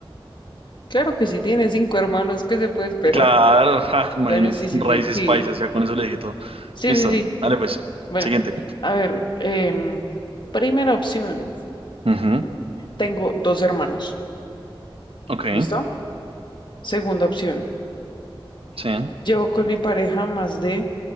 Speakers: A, on the left (about 55°); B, on the right (about 85°).
A: claro que sí, tiene cinco hermanos. ¿Qué se puede esperar?
B: Claro, <laughs> ja, imagínense,
A: Bueno, sí, sí,
B: raíces
A: sí, sí.
B: paisas, ya con eso le dije todo.
A: Sí,
B: Listo,
A: sí, sí.
B: dale pues,
A: Bueno,
B: siguiente.
A: a ver. em, primera opción.
B: Ujú,
A: Tengo dos hermanos.
B: Ok,
A: ¿Listo? Segunda opción.
B: sí,
A: Llevo con mi pareja más de